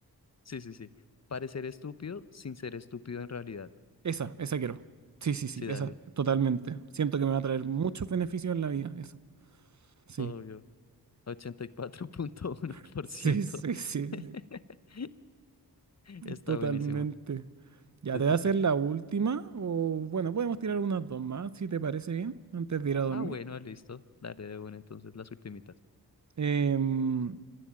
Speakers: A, on the left (about 40°); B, on the right (about 45°).
A: Sí, sí, sí. Parecer estúpido sin ser estúpido en realidad.
B: Esa, esa quiero. Sí, sí, sí,
A: Sí,
B: esa,
A: dale.
B: totalmente. Siento que me va a traer muchos beneficios en la vida, eso. Sí,
A: Obvio. ochenta y cuatro punto uno
B: <laughs>
A: por
B: sí,
A: ciento
B: sí, sí, sí,
A: <laughs> Está
B: totalmente.
A: buenísimo.
B: ¿Ya
A: Te
B: te
A: toca.
B: va a hacer la última? O bueno, podemos tirar unas dos más, si te parece bien, antes de ir a dormir.
A: Ah, bueno, listo. Daré de una entonces las ultimitas.
B: Em,